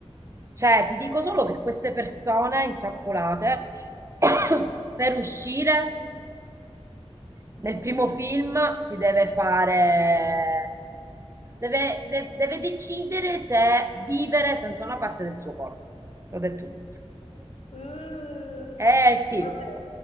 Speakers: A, on the right (about 25°); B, on the left (about 70°).
A: Cioè, ti dico solo che queste persone intrappolate <coughs> per uscire nel
B: Eh.
A: primo film si deve fare, deve, de- deve decidere se vivere senza una parte del suo corpo. T'ho detto tutto.
B: Uh,
A: Eh sì.
B: vabbè,